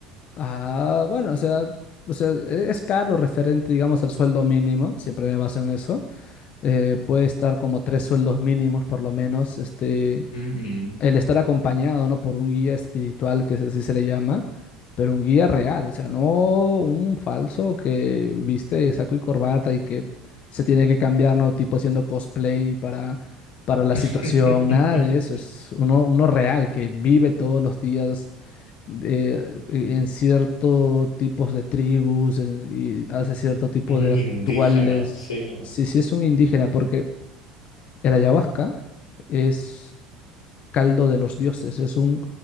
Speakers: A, on the left; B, on the left.
A: Ah, bueno, o sea, o sea, e- es caro referente, digamos, al sueldo mínimo, siempre me baso en eso. Eh, puede estar como tres sueldos mínimos por lo menos, este,
B: Mm.
A: el estar acompañado, ¿no? Por un guía espiritual, que es así se le llama, pero un guía real, o sea, no un falso que viste saco y corbata y que se tiene que cambiar, ¿no? Tipo haciendo cosplay para, para la
B: <laughs>
A: situación, nada de eso, es uno, uno real que vive todos los días de- e, en ciertos tipos de tribus en- y hace cierto tipo
B: Un
A: de
B: indígena,
A: rituales.
B: sí.
A: si si es un indígena, porque el ayahuasca es caldo de los dioses, es un